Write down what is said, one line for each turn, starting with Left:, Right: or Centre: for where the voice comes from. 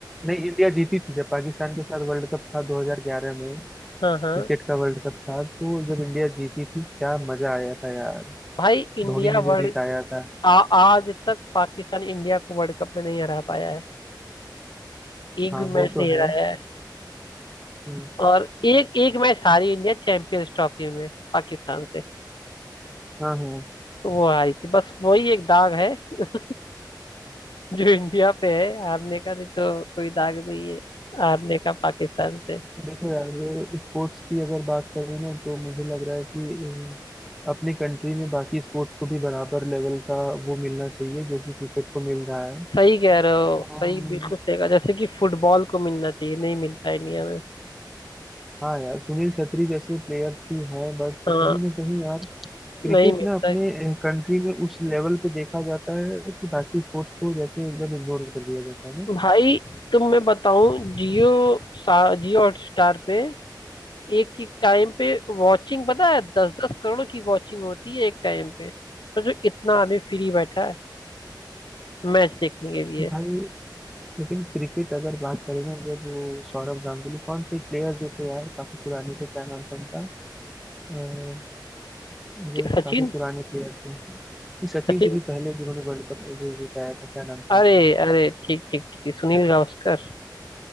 Centre: नहीं इंडिया जीती थी जब पाकिस्तान के साथ वर्ल्ड कप था 2011 में
Left: हाँ
Centre: क्रिकेट
Left: हाँ
Centre: का वर्ल्ड कप था तो जब इंडिया जीती थी क्या मजा आया था यार
Left: भाई इंडिया
Centre: धोनी ने जो
Left: वर्ल्ड
Centre: जिताया था
Left: आ, आज तक पाकिस्तान इंडिया को वर्ल्ड कप में नहीं हरा पाया है एक
Centre: हाँ
Left: भी मैच
Centre: वो तो
Left: नहीं
Centre: है
Left: हराया है
Centre: हम्म,
Left: और एक एक मैच हारी इंडिया चैंपियंस ट्रॉफी में पाकिस्तान से
Centre: हाँ हाँ
Left: तो वो हारी थी बस वही एक दाग है <laughs> जो इंडिया पे है हारने का नहीं तो कोई दाग नहीं है हारने का पाकिस्तान से
Centre: देखो यार स्पोर्ट्स की अगर बात करें ना तो मुझे लग रहा है कि अम, अपने कंट्री में बाकी स्पोर्ट्स को भी बराबर लेवल का वो मिलना चाहिए जो कि क्रिकेट को मिल रहा है
Left: सही कह रहे हो
Centre: और
Left: सही बिल्कुल सही कहा जैसे कि फुटबॉल को मिलना चाहिए नहीं मिलता इंडिया में
Centre: हाँ यार सुनील छेत्री जैसे प्लेयर्स भी हैं बट
Left: हाँ
Centre: कहीं ना कहीं यार क्रिकेट
Left: नहीं मिलता
Centre: ना अपने कंट्री में उस लेवल पे देखा जाता है कि बाकी स्पोर्ट्स को जैसे एकदम इग्नोर कर दिया जाता है ना
Left: भाई तुम मैं बताऊं जियो सा जियो हॉटस्टार पे एक एक टाइम पे वॉचिंग पता है दस दस करोड़ की वॉचिंग होती है एक टाइम पे तो जो इतना आदमी फ्री बैठा है मैच देखने के लिए
Centre: तो भाई लेकिन क्रिकेट अगर बात करें ना जब वो सौरव गांगुली कौन से प्लेयर जो थे यार काफी पुराने थे क्या नाम था उनका अ, जो
Left: कि- सचिन
Centre: काफी पुराने प्लेयर थे इस सचिन
Left: सचिन
Centre: से भी पहले जिन्होंने वर्ल्ड कप जीताया था क्या नाम था
Left: अरे
Centre: उनका
Left: अरे ठीक ठीक ठीक सुनील गावस्कर